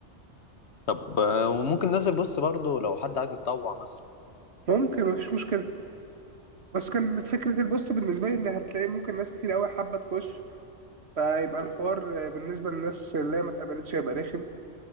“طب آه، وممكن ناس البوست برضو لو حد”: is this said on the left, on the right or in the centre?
Left